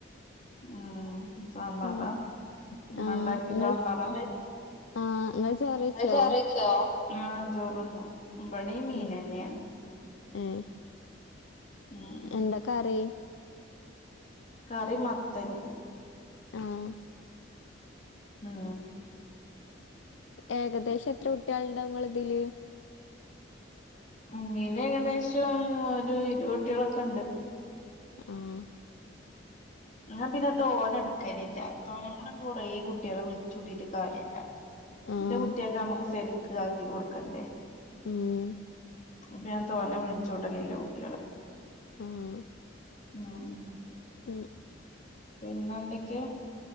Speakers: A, on the left (about 40°); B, on the left (about 75°).
A: മ് സാമ്പറാ
B: ഉം
A: മ്മണ്ടാക്ക്യേ
B: ആഹ് ഇങ്ങൾ
A: സാമ്പറാ ങ്ങള്
B: ആഹ് ഇങ്ങൾ ചോറ് വെയ്ച്ചോ?
A: ചോറേയ്ച്ചോ ആഹ് ചോറ്ന്നു ബടീം മീനെന്നേണ്.
B: ഉം ഏഹ്
A: ഉം
B: എന്താ കറി
A: കറി മത്തന്
B: ആഹ്
A: മ്
B: ഏകദേശം എത്ര കുട്ട്യാള്ണ്ടാവുങ്ങളെ ത്ല്
A: ഇന്റീല് ഏകദേശം ഒര് ഇരുവത് കുട്ട്യാളൊക്കെണ്ട്.
B: ആഹ്
A: ഞാം പിന്നെ തോനെട്ക്കലില്ല തോനമ്മള് കൊറേ കുട്ട്യാളെ വുൾച്ചൂട്ടീറ്റ് കാര്യല്ല
B: ആഹ്
A: ഇല്ല കുട്ട്യാക്ക് മ്മക്ക് ശെരിക്ക് ആക്കി കൊട്ക്കണ്ടേ
B: ഉം
A: അപ്പ ഞാൻ തോനെ വുൾച്ചൂട്ടലില്ല കുട്ട്യാളെ
B: ആഹ്
A: മ്
B: ഉം
A: പിന്നെന്തെക്കെ